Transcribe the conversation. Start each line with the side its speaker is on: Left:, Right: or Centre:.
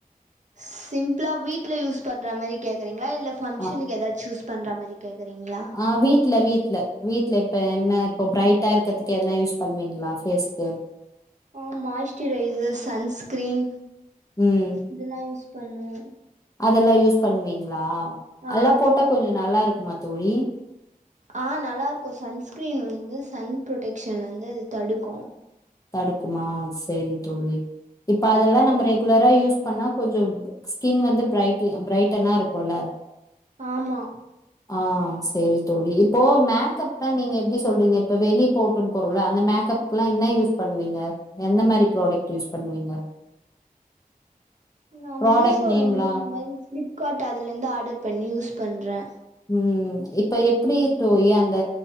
Right: சிம்பிளா வீட்ல யூஸ் பண்ற மாறி கேக்குறீங் ங்களா இல்ல ஃபங்ஷனுக்கு
Left: ஆ
Right: ஏதாச்சு யூஸ் பண்ற மாறி கேக்குறீங்களா
Left: ஆ வீட்ல வீட்ல வீட்ல இப்ப என்ன இப்ப பிரைட்டா இருக்கிறதுக்கு என்ன யூஸ் பண்ணுவீங்களா பேஸ்கு
Right: ஆஹ் மாய்ஸ்ட்ரைசர் சன்ஸ்கிரீன்
Left: ம்
Right: இதல்லா யூஸ் பண்ணுவேன்
Left: அதெல்லா யூஸ் பண்ணுவீங்களா
Right: ஆ
Left: அது எல்லா போட்டா கொஞ்சோ நல்லா இருக்கு மாத் தோழி
Right: ஆஹ் நல்லா இருக்கும் சன்ஸ்கிரீன் வந்து சன் ப்ரொடெக்ஷன்ன வந்து அது தடுக்கும்
Left: தடுக்குமா செரி தோழி இப்ப அதெல்லா நம்ம ரெகுலரா யூஸ் பண்ணா கொஞ்சோ ஸ்கின் வந்து பிரைட்டு பிரைட்டனா இருக்குல்ல
Right: ஆமா
Left: ஆஹ் செரி தோழி இப்போ மேகப் ப்ப நீங்க எப்படி சொல்றீங்க இப்ப வெளி போட்டு போறோல அந்த மேக்கப் எல்லா என்ன யூஸ் பண்ணுவீங்க எந்த மாறி ப்ரோடக்ட் யூஸ் பண்ணுவீங்க
Right: நான்
Left: ப்ராடக்ட்
Right: மீஷோல
Left: நேம்லா
Right: இருந்து இந்த மாறி பிளிப்கார்ட் அதுல இருந்து ஆர்டர் பண்ணி யூஸ் பண்றே
Left: ம் இப்ப எப்படி தோழி அந்த